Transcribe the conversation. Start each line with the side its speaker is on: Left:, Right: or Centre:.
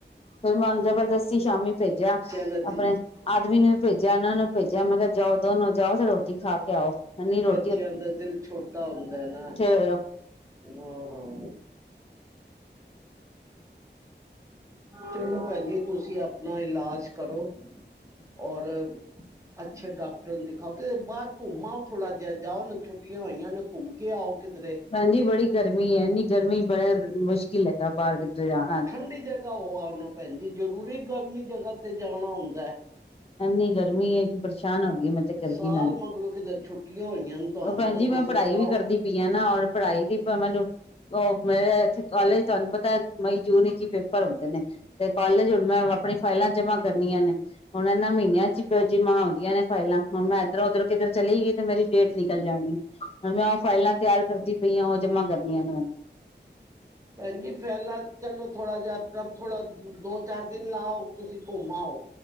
Left: ਫਿਰ ਮਨ ਜਬਰਦਸਤੀ ਸ਼ਾਮੀ ਭੇਜਿਆ।
Right: <unintelligible>
Left: ਆਪਣੇ ਆਦਮੀ ਨੂੰ ਵੀ ਭੇਜਿਆ ਇਹਨਾਂ ਨੂੰ ਭੇਜਿਆ ਮੈਂ ਕਿਹਾ ਜਾਓ ਦੋਨ ਨੂੰ ਜਾਓ ਤੇ ਰੋਟੀ ਖਾ ਕੇ ਆਓ ਹਨੀ ਰੋ
Right: ਬੱਚਿਆਂ ਦਾ ਦਿਲ ਛੋਟਾ ਹੁੰਦਾ ਨਾ
Left: ਹੋਏ ਹੋ
Right: ਹਾਂ-ਹਾਂ। ਚਲੋ ਭੈਣ ਜੀ ਤੁਸੀਂ ਆਪਣਾ ਇਲਾਜ ਕਰੋ ਔਰ ਅੱਛੇ ਡਾਕਟਰ ਨੂੰ ਦਿਖਾਓ ਕਿਤੇ ਬਾਰ ਘੁੰਮਾ ਥੋੜਾ ਜਿਹਾ ਜਾਓ ਨਾ ਛੁਟੀਆਂ ਹੋਈਆਂ ਨੇ ਘੁੰਮ ਕੇ ਆਓ ਕਿਧਰੇ।
Left: ਭੈਣ ਜੀ ਬੜੀ ਗਰਮੀ ਹੈ ਇੰਨੀ ਗਰਮੀ ਬੜਾ ਮੁਸ਼ਕਿਲ ਹੈਗਾ ਬਾਰ ਕਿਧਰੇ ਜਾ
Right: ਠੰਡੀ ਜਗ੍ਹਾ ਹੋ ਆਓ ਨਾ ਭੈਣ ਜੀ ਜਰੂਰੀ ਗਰਮੀ ਜਗ੍ਹਾ ਤੇ ਜਾਣਾ ਹੁੰਦਾ।
Left: ਐਨੀ ਗਰਮੀ ਏ। ਪਰੇਸ਼ਾਨ ਹੋ ਗਈ ਮੈਂ ਤੇ ਗਰਮੀ
Right: ਸਾਲ
Left: ਨਾਲ,
Right: ਮਗਰੋਂ ਕਿਤੇ ਛੁੱਟੀਆਂ ਹੋਈਆਂ ਨੇ ਤੁਹਾਨੂੰ
Left: ਉਹ ਭੈਣ
Right: ਤਾਂ
Left: ਜੀ
Right: ਤੁਸੀਂ
Left: ਮੈਂ ਪੜ੍ਹਾਈ
Right: ਜਾਓ
Left: ਵੀ ਕਰਦੀ ਪੀਆ ਨਾ ਔਰ ਪੜ੍ਹਾਈ ਦੀ ਪ ਮੈਨੂੰ ਉਹ ਮੇ ਇੱਥੇ ਕਾਲਜ ਤੁਹਾਨੂੰ ਪਤਾ ਮਈ-ਜੂਨ ਵਿੱਚ ਹੀ ਪੇਪਰ ਹੁੰਦੇ ਨੇ। ਤੇ ਕਾਲਜ ਹੁਣ ਮੈਂ ਆਪਣੀ ਫਾਈਲਾਂ ਜਮਾਂ ਕਰਨੀਆ ਨੇ ਹੁਣ ਇਹਨਾ ਮਹੀਨਿਆ ਚ ਜਮਾਂ ਹੁੰਦੀਆਂ ਨੇ। ਫਾਈਲਾਂ ਹੁਣ ਮੈਂ ਇੱਧਰੋਂ ਉੱਧਰੋਂ ਕਿਧਰ ਚਲੀ ਗਈ ਤੇ ਮੇਰੀ ਡੇਟ ਨਿਕਲ ਜਾਣਗੀ ਹੁਣ ਮੈਂ ਇਹ ਫਾਈਲਾਂ ਤਿਆਰ ਕਰਦੀ ਪਈ ਆ ਉਹ ਜਮਾ ਕਰਨੀਆਂ ਨੇ ਹੁਣ।
Right: ਭੈਣ ਜੀ ਫਹਿਲਾ ਚਲੋ ਥੋੜਾ ਜਹਾ ਆਪਣਾ ਥੋੜਾ ਦੋ-ਚਾਰ ਦਿਨ ਲਾਓ ਤੁਸੀਂ ਘੁੰਮਾਓ।